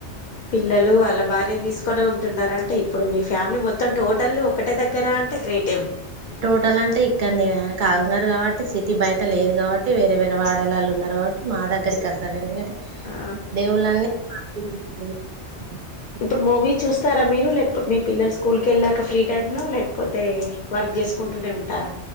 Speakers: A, on the left (about 55°); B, on the right (about 55°).
A: పిల్లలు వాళ్ళ భార్యని తీసుకునే ఉంటున్నారంటే ఇప్పుడు మీరు ఫ్యామిలీ మొత్తం టోటల్ ఒకటే దగ్గర అంటే గ్రేటే
B: టోటల్ అంటే ఇక్కడ్నె కాగుతున్నారు కాబట్టి సిటీ బయట లేదు కాబట్టి వేరే వేరే వాడాలాల ఉన్నారు కాబట్టి మా దగ్గరికి వస్తారు ఎందుకంటే
A: ఆ
B: దవులాన్ <unintelligible>
A: ఇప్పుడు మూవీస్ చూస్తార మీరు లేకపోతే మీ పిల్లలు స్కూల్కి వెళ్ళాక ఫ్రీ టైమ్ లో లేకపోతే వర్క్ చేసుకుం టూనే ఉంటార